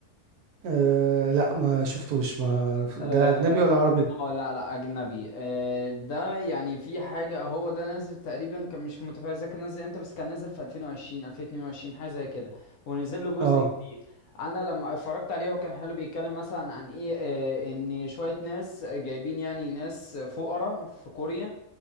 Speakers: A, on the right (about 75°); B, on the left (about 70°).
A: آه لا ما شفتوش ما ده
B: اه
A: أجنبي ولا عربي؟
B: آه، لا لا اجنبي آه ده يعني في حاجه هو ده نازل تقريبا كان مش متفاجئ اذا كان نازل امتى بس كان نازل في 2020 2022 حاجه زي كده ونزل له جزء
A: اه
B: جديد انا لما اتفرجت عليه هو كان حلو بيتكلم مثلا عن ايه آه ان شويه ناس جايبين يعني ناس فقراء في كوريا